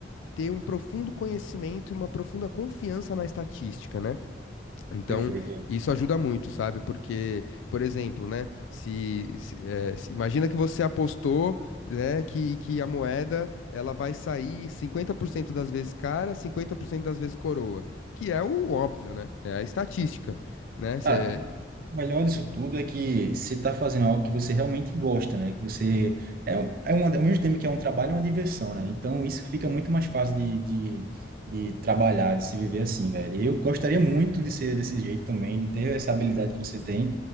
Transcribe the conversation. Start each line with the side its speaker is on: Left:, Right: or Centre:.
Left: ter um profundo conhecimento e uma profunda confiança na estatística, né? Então,
Right: Perfeito.
Left: isso ajuda muito, sabe? Porque, por exemplo, né? Se, se- eh, se- imagina que você apostou, né, que, que a moeda ela vai sair 50% das vezes cara, 50% das vezes coroa, que é o óbvio, né? É a estatística, né? Cê-
Right: Cara, e o melhor disso tudo é que você está fazendo algo que você realmente gosta, né? Que você é, um- é um, ao mesmo tempo que é um trabalho, é uma diversão, né? Então isso fica muito mais fácil de, de, de trabalhar, de se viver assim, velho. Eu gostaria muito de ser desse jeito também, de ter essa habilidade que você tem,